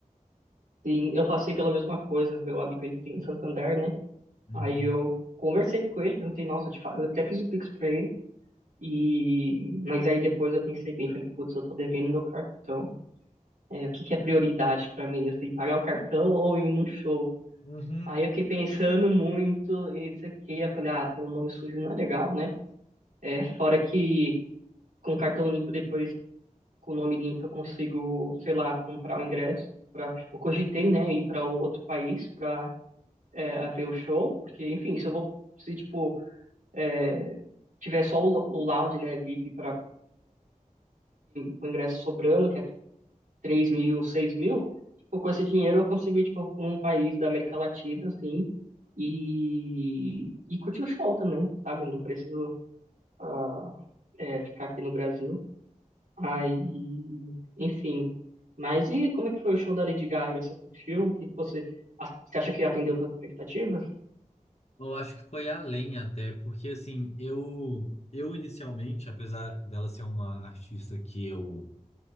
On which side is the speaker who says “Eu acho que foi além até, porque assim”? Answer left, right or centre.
Left